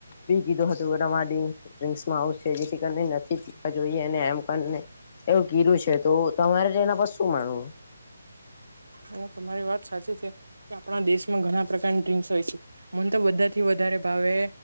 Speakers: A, on the left; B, on the right.
A: બી કીધો હતું વટ માટેડી ડ્રિંસમાં આવ છે જેથી કરીને નથી પીવા જોઈએ અને એમ કરીને એવું કીરું છે તો તમારે એના પર શું માનવુ
B: હ તમારી વાત સાચી છે. આપણા દેશમાં ઘણા પ્રકારની ડ્રિંસ હોય છે હને તો બધાથી વધારે ભાવે